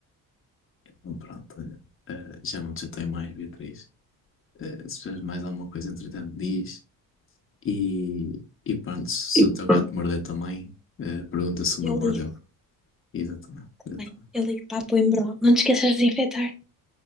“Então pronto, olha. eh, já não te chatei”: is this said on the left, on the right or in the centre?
Left